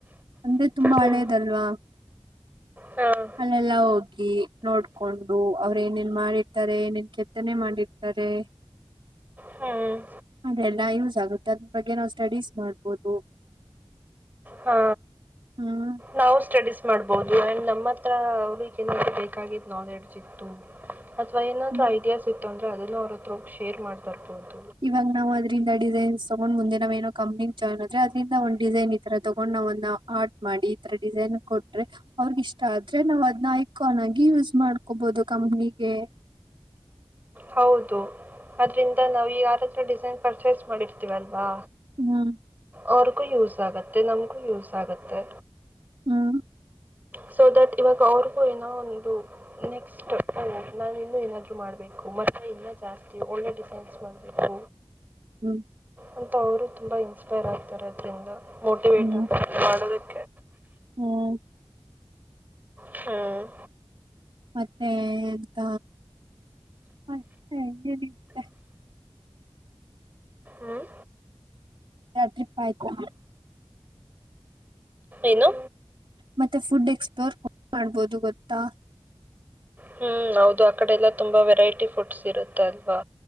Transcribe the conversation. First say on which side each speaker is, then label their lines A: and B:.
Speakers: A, on the right; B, on the right.
A: ಅಂದ್ರೆ ತುಂಬಾ
B: ಹ್ಞೂ
A: ಹಳೇದಲ್ವಾ
B: ಹಾಂ
A: ಅಲ್ಲೆಲ್ಲಾ ಹೋಗಿ ನೋಡ್ಕೊಂಡು ಅವ್ರ ಏನೇನ್ ಮಾಡಿರ್ತಾರೆ ಏನೇನ್ ಕೆತ್ತನೆ ಮಾಡಿರ್ತಾರೆ
B: ಹ್ಮ್.
A: ಅದೆಲ್ಲ ಯೂಸ್ ಆಗುತ್ತೆ ಅದ್ರ ಬಗ್ಗೆ ಸ್ಟಡೀಸ್ ಮಾಡ್ಬೋದು.
B: ಹಾ
A: ಹ್ಮ್
B: ನಾವು ಸ್ಟಡೀಸ್ ಮಾಡ್ಬೋದು ಆಂಡ್ ನಮ್ಮತ್ ತ್ರ ಅವ್ರಿಗೆ ಏನಾದ್ರೂ ಬೇಕಾಗಿದ್ ನಾಲೆಡ್ಜ್ ಇತ್ತು. ಅಥವಾ ಏನಾದ್ರೂ
A: ಹ್ಮ್
B: ಐಡಿಯಾ ಸಿಕ್ ತೊಂದ್ರೆ ಆದ್ರೂನು ಅವರತ್ರ ಹೋಗಿ ಶೇರ್ ಮಾಡ್ಬರ್ಬಹುದು.
A: ಇವಾಗ ನಾವ್ ಅದ್ರಿಂದ ಡಿಸೈನ್ಸ್ ತಗೊಂಡ್ ಮುಂದೆ ನಾವ್ ಏನೋ ಕಂಪ್ನಿ ಜಾಯಿನ್ ಆದ್ರೆ ಅದ್ರಂದ ಒಂದ್ ಡಿಸೈನ್ ಈತರ ತಗೊಂಡ್ ನಾವನ್ನ ಆರ್ಟ್ ಮಾಡಿ ಈತರ ಡಿಸೈನ್ ಕೊಟ್ರೆ ಅವ್ರಗ್ ಇಷ್ಟ ಆದ್ರೆ ನಾವ್ ಅದನ್ನ ಐಕಾನ್ ಆಗಿ ಯೂಸ್ ಮಾಡ್ಕೊಬಹದು ಕಂಪ್ನಿಗೆ.
B: ಹೌದು. ಅದ್ರಿಂದ ನಾವ್ ಯಾರ ಡಿಸೈನ್ ಪರ್ಚೇಸ್ ಮಾಡಿರ್ತೀವಲ್ವಾ
A: ಹ್ಮ್.
B: ಅವ್ರಗೂ ಯೂಸ್ ಆಗುತ್ತೆ ನಮ್ಗೂ ಯೂಸ್ ಆಗುತ್ತೆ.
A: ಹ್ಮ.
B: ಸೊ ದಟ್ ಇವಾಗ ಅವ್ರಿಗೂ ಏನೋ ಒಂದು ನೆಕ್ಸ್ಟ್ ಓ ನಾನ ಇನ್ನೂ ಏನಾದರೂ ಮಾಡಬೇಕು ಮತ್ತು ಇಲ್ಲ ಜಾಸ್ತಿ ಒಳ್ಳೆ ಡಿಸೈನ್ಸ್ ಮಾಡಬೇಕು.
A: ಹ್ಮ್.
B: ಅಂತ ಅವರು ತುಂಬ ಇನ್ಸ್ಪೈರ್ ಆಗ್ತಾರೆ ಅದರಿಂದ. ಮೋಟಿವೇಟ್
A: ಹ್ಮ್
B: ಆಗ್ತಾರೆ ಮಾಡೋದುಕ್
A: ಹ್ಮ್.
B: ಹ್ಮ್.
A: ಮತ್ತೆ ಎಂತ ಮತ್ತೆ <unintelligible>
B: ಹ್ಮ್.
A: ಎರಡ್ ಟ್ರಿಪ್ ಆಯ್ತು.
B: ಏನು.
A: ಮತ್ತೆ ಫುಡ್ ಎಕ್ಸ್ಪ್ಲೋರ್ ಮಾಡ್ಬೋದು ಗೊತ್ತಾ.
B: ಹ್ಮ್ ಹೌದು ಆ ಕಡೆ ಎಲ್ಲಾ ತುಂಬಾ ವೆರೈಟಿ ಫುಡ್ಸ್ ಇರುತ್ತೆ ಅಲ್ವಾ.